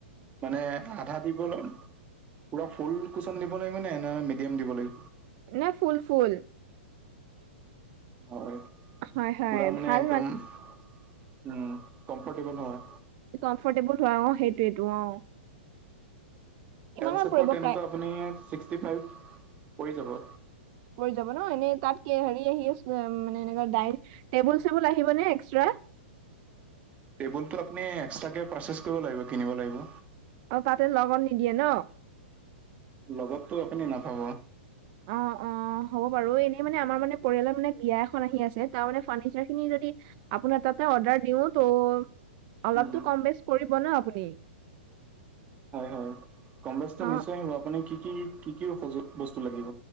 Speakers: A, on the right (about 20°); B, on the right (about 40°).
A: মানে আধা দিব ল পুৰা ফুল কুচন দিব লাগিব নে নহলে মিডিয়াম দিব লাগিব
B: নে ফুল ফুল
A: হয়
B: হয় হয়
A: পুৰা মানে
B: ভাল
A: একদম উম কমফৰ্টেবল হয়।
B: কমফৰ্টেবল হোৱা অ সেইটোৱেতো অ কিমান
A: এলচেপত
B: মান পৰিব
A: তেনেকুৱা
B: প্ৰায়
A: আপুনি ছিক্স টি ফাইভ পৰি যাব।
B: পৰি যাব ন এনেই তাত হেৰি আহি আছিলে মানে এনেকোৱা ডাই টেবুল চেবুল আহিব নে এক্সট্ৰা।
A: টেবুলটো আপুনি এক্সটাকে পাৰচেচ কৰিব লাগিব কিনিব লাগিব।
B: অ তাতে লগত নিদিয়ে ন।
A: লগতটো আপুনি নাপাব।
B: অ অ। অ হ'ব বাৰু এনেই মানে আমাৰ মানে পৰিয়ালৰ মানে বিয়া এখন আহি আছে তাৰ মানে ফাৰ্ণিচাৰ খিনি যদি আপোনাৰ তাতে অৰ্ডাৰ দিওঁ ত অলপতো
A: উম উম।
B: কম বেচ কৰিব ন আপুনি।
A: হয় হয় কম বেচ
B: অ
A: নিশ্চয় আহিব আপুনি কি কি কি কি সযো বস্তু লাগিব।